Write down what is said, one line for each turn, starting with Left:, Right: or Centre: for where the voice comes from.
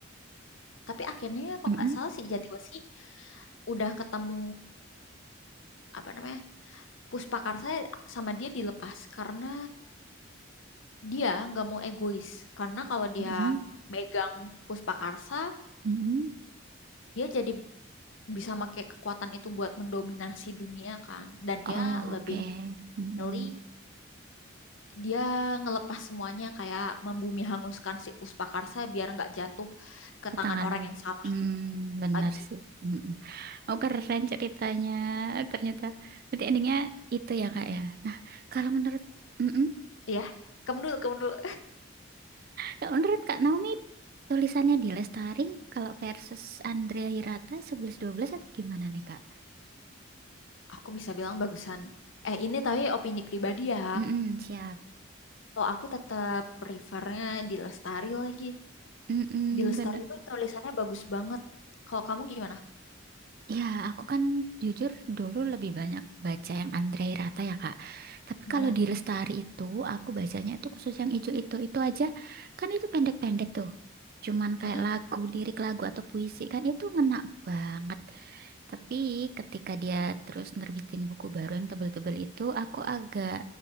Left: Tapi akhirnya kalau
Right: Mm-mm.
Left: nggak salah si Jatiwesi udah ketemu apa namanya Puspakarsa sama dia dilepas karena dia nggak mau egois karena kalau dia
Right: Mm-mm,
Left: megang Puspakarsa
Right: mm-mm.
Left: dia jadi bisa pakai kekuatan itu buat mendominasi dunia kan dan
Right: Oke,
Left: dia lebih
Right: mm-mm.
Left: pilih dia ngelepas semuanya kayak membumi hanguskan si Puspakarsa biar nggak jatuh ke
Right: Petanganan,
Left: tangan orang yang salah
Right: mm, bener
Left: lagi.
Right: sih. Mm-mm. Oh keren ceritanya, ternyata. Berarti endingnya itu ya kak ya. Nah kalau menurut, mm-mm. <laughs>
Left: Ya, kamu dulu, kamu dulu.
Right: Kalau menurut kak Naomi, tulisannya di Lestari, kalau versus Andrea Hirata sebelas dua belas atau gimana nih kak?
Left: Aku bisa bilang bagusan. Eh, ini tapi opini pribadi ya.
Right: Mm-mm, siap.
Left: Kalau aku tetap prefernya di Lestari lagi.
Right: Mm-mm,
Left: Di Lestari
Right: bener.
Left: itu tulisannya bagus banget. Kalau kamu gimana?
Right: Ya, aku kan jujur dulu lebih banyak baca yang Andre Hirata ya, Kak. Tapi
Left: Mm,
Right: kalau di Lestari itu, aku bacanya itu khusus yang ijo itu, itu aja. Kan itu pendek-pendek tuh. Cuman kayak
Left: mm,
Right: lagu, lirik lagu atau puisi kan itu ngena banget. Tapi ketika dia terus nerbitin buku baru yang tebel-tebel itu, aku agak